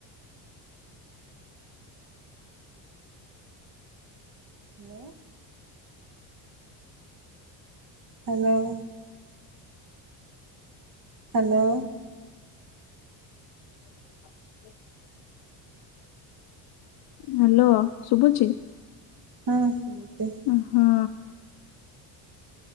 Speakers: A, on the right (about 45°); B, on the left (about 55°).
A: ହାଲୋ। ହାଲୋ। ହାଲୋ।
B: <inaudible> ହାଲୋ ଶୁଭୁଚି।
A: ହଁ ଶୁଭୁଚି।
B: ହଁ।